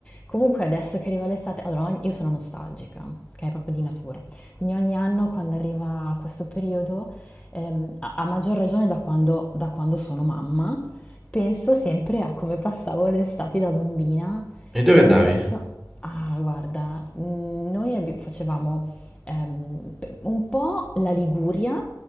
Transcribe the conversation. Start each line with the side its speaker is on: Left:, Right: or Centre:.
Left: Comunque adesso che arriva l'estate, allora ogni- io sono nostalgica, che è proprio di natura. Quindi ogni anno quando arriva questo periodo, ehm, a, a maggior ragione da quando, da quando sono mamma, penso sempre a come passavo l'estate da bambina.
Centre: E dove
Left: Non
Centre: andavi?
Left: so, ah, guarda, mm, noi abbi- facevamo ehm, p- un po' la Liguria